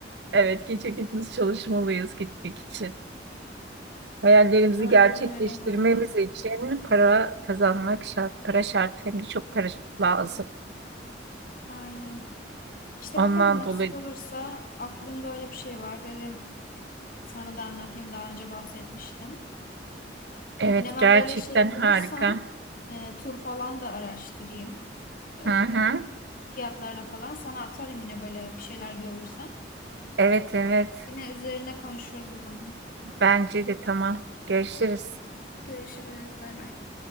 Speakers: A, on the right; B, on the left.
A: evet gece gündüz çalışmalıyız gitmek için. Hayallerimizi
B: Aynen
A: gerçekleştirmemiz
B: öyle valla.
A: için para kazanmak şart. Para şart hem de çok para lazım.
B: Aynen. İşte
A: Ondan
B: bakalım nasip
A: dolayı
B: olursa aklımda öyle bir şey var. Dedim sana da anlatayım daha önce bahsetmiştim.
A: evet
B: Yine ben
A: gerçekten
B: böyle şey bulursam
A: harika.
B: e, tur falan da araştırayım. E,
A: Hı hı.
B: fiyatlarına falan sana atarım yine böyle bir şeyler görürsem.
A: Evet evet
B: Yine üzerine konuşuruz o zaman.
A: bence de tamam. Görüşürüz.
B: Görüşürüz. Bay bay.